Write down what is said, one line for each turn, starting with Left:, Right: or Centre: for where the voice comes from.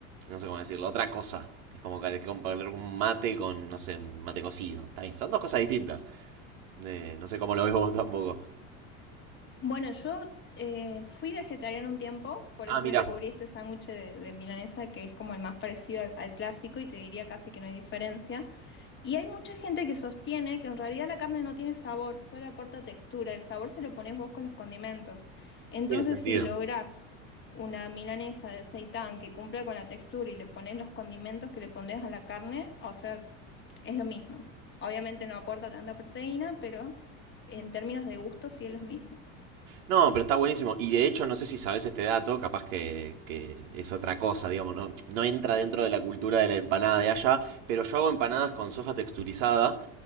Right: no sé cómo decirlo, otra cosa. Es como que hay que comparar un mate con, no sé, un mate cocido. Está bien, son dos cosas distintas. Eh, no sé cómo lo ves vos tampoco.
Left: Bueno, yo eh, fui vegetariana un tiempo, por
Right: Ah,
Left: eso
Right: mira,
Left: descubrí este sándwich de, de milanesa que es como el más parecido al al clásico y te diría casi que no hay diferencia. Y hay mucha gente que sostiene que en realidad la carne no tiene sabor, solo aporta textura. El sabor se lo pones vos con los condimentos. Entonces,
Right: tiene sentido.
Left: si lográs una milanesa de seitán que cumpla con la textura y le pones los condimentos que le pondrías a la carne, o sea, es lo mismo. Obviamente no aporta tanta proteína, pero en términos de gusto sí es lo mismo.
Right: No, pero está buenísimo. Y de hecho, no sé si sabes este dato, capaz que, que es otra cosa, digamos, no, no entra dentro de la cultura de la empanada de allá, pero yo hago empanadas con soja texturizada